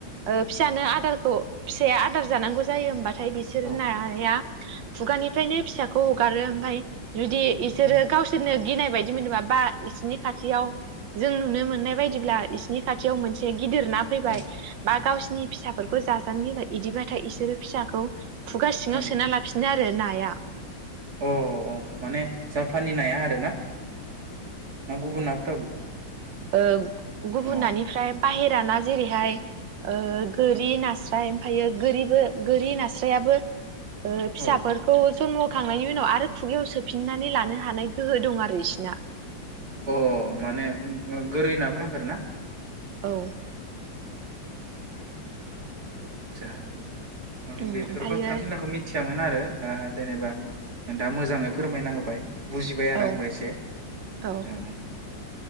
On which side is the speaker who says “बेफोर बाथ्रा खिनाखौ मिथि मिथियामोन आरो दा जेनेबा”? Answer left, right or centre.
Right